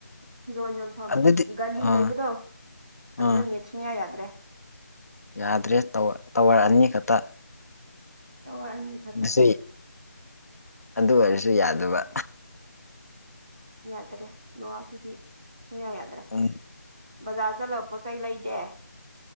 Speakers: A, on the right; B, on the left.
A: ꯐꯤꯔꯣ ꯌꯣꯟꯐꯝ
B: ꯑꯗꯨꯗꯤ
A: ꯒꯂꯤ
B: ꯑꯥ
A: ꯂꯩꯕꯗꯣ ꯑꯗꯨꯗ
B: ꯑꯥ
A: ꯅꯦꯠ ꯁꯨꯡꯌꯥ ꯌꯥꯗ꯭ꯔꯦ <inaudible>
B: ꯌꯥꯗ꯭ꯔꯦ ꯇꯋꯥꯔ ꯑꯅꯤ ꯈꯛꯇ
A: ꯇꯋꯥꯔ ꯑꯅꯤ ꯈꯛꯇ
B: ꯁꯤ ꯑꯗꯨ ꯀ ꯁꯨ ꯌꯥꯗꯕ
A: ꯌꯥꯗ꯭ꯔꯦ ꯌꯋꯁꯤꯗꯤ ꯁꯨꯡꯌꯥ ꯌꯥ
B: ꯎ
A: ꯕꯖꯥꯔ ꯆꯠꯂꯒ ꯄꯣꯠ ꯆꯩ ꯂꯩꯗꯦ